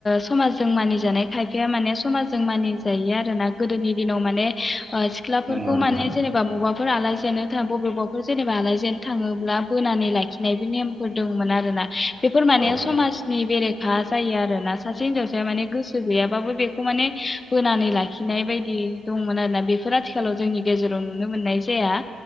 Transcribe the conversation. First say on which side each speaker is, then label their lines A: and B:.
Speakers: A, on the left; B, on the right.
A: समाजजों मानि जानाय खायफाया माने समाजजों मानिजायो आरो ना गोदोनि दिनाव माने सिख्लाफोरखौ
B: नंगौ नोंथां
A: माने जेनेबा बबा बेफोर आलासि जानो थाङ बबेबाफोर जेनेबा आलासि जानो थाङोब्ला बोनानै लाखिनायबो नेमफोर दंमोन आरोना बेफोर माने
B: औ
A: समाजनि बेरेखा जायो आरोना सासे हिनजावसाया माने गोसो गैयाबाबो बेखौ माने बोनानै लाखिनाय बायदि दंमोन आरोना बेफोर आथिखालाव जोंनि गेजेराव नुनो मोननाय जाया